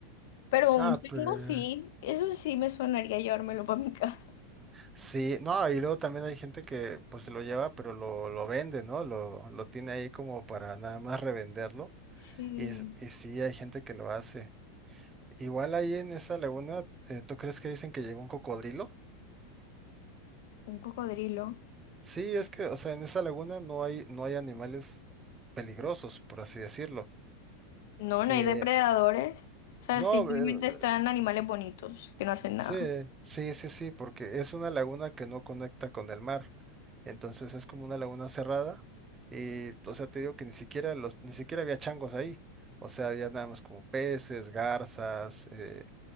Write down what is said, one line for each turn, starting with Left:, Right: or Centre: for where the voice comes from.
Left: Pero
Right: Ah,
Left: un chango
Right: pero
Left: sí, eso sí me sonaría llevármelo para mi casa.
Right: sí, no, y luego también hay gente que pues se lo lleva, pero lo, lo vende, ¿no? Lo, lo tiene ahí como para nada más revenderlo.
Left: Sí,
Right: Y, s- y sí, hay gente que lo hace. Igual ahí en esa laguna, eh, ¿tú crees que dicen que llegó un cocodrilo?
Left: un cocodrilo.
Right: Sí, es que, o sea, en esa laguna no hay, no hay animales peligrosos, por así decirlo.
Left: No, no
Right: Eh,
Left: hay depredadores. O sea,
Right: no,
Left: simplemente
Right: eh,
Left: están animales bonitos que no hacen
Right: Sí,
Left: nada.
Right: sí, sí, sí, porque es una laguna que no conecta con el mar. Entonces es como una laguna cerrada y, o sea, te digo que ni siquiera los, ni siquiera había changos ahí. O sea, había nada más como peces, garzas, eh,